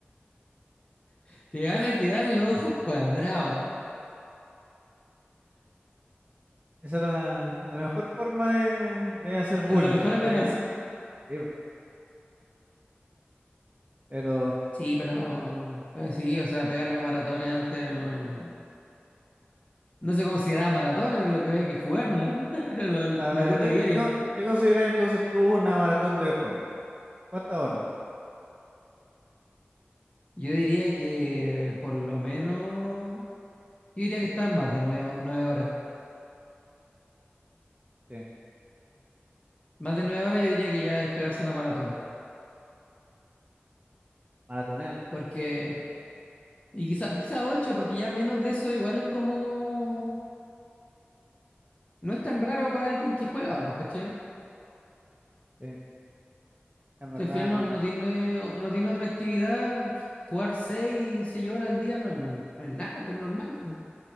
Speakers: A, on the left; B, on the right.
A: <laughs> te van a quedar los ojos cuadrados.
B: Esa era la, la mejor forma de, de hacer bullying
A: Era la mejor amenaza.
B: a la gente. Sí, po. Pero,
A: Sí, pero, pero sí, o sea, pegarme maratones antes no, no se consideraba maratón, era lo que había que jugar, ¿no? <laughs> Era la,
B: claro,
A: la cuota
B: eh, ¿qué,
A: diaria.
B: qué, con- qué consideras entonces tú una maratón de juego? ¿Cuántas horas?
A: Yo diría que por lo menos, yo diría que está en más de nueve, nueve horas.
B: Sí,
A: Más de nueve horas yo diría que ya es pegarse una maratón.
B: maratoneate.
A: Porque, y quizá, quizá ocho, porque ya menos de eso igual es como, no es tan raro para alguien que juega, po, ¿cachai?
B: Sí, en verdad
A: Si al final
B: no,
A: no, no
B: no.
A: tiene, no tiene otra actividad, jugar seis seis horas al día no, no es nada, pues normal. pues.